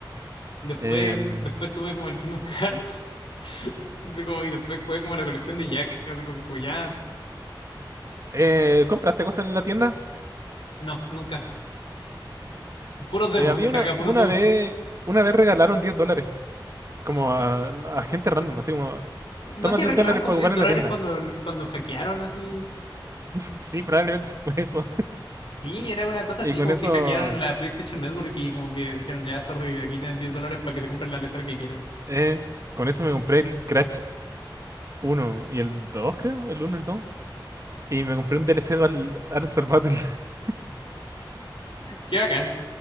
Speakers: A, on the left; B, on the right.
A: Después,
B: Em,
A: después tuve como el Kingdom Hearts. <laughs> Así como- y después jugué como la colección de Jack. Así como, como ya.
B: eh, ¿compraste cosas en la tienda?
A: No, nunca. Puros demos,
B: Eh, había
A: descargaba
B: una, una
A: puros demos.
B: vez, una vez regalaron 10 dólares, como
A: <laughs>
B: a, a gente random, así como, toma
A: No que
B: 10
A: regalaron
B: dólares
A: como
B: para ocupar
A: 10
B: en
A: dólares
B: la tienda.
A: cuando, cuando hackearon así.
B: <laughs> Sí, probablemente fue eso.
A: Sí, era una cosa
B: Y
A: así,
B: con
A: como
B: eso,
A: que hackearon la PlayStation Network y como que dijeron, ya, sorry, aquí tienen 10 dólares para que se compren la lesera que quieran.
B: eh, con eso me compré el Crash uno y el dos creo, el uno y el dos Y me compré un DLC al Armstrong Battle. <laughs>
A: Qué bacán.